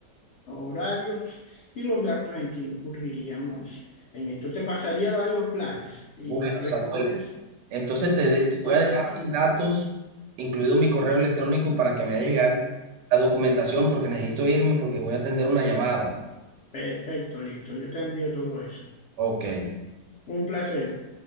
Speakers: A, on the left (about 75°); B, on the right (about 80°).
A: horarios y los gastos en que incurriríamos en esto. Te pasaría varios planes y
B: Bueno,
A: tú
B: Samuel,
A: escoges
B: entonces te, de-
A: eh,
B: te
A: cuál
B: voy a dejar
A: de estos.
B: mis datos, incluido mi correo electrónico, para que me haga llegar la documentación, porque necesito irme, porque voy a atender una llamada.
A: Perfecto, listo. Yo te envío todo eso.
B: Ok.
A: Un placer.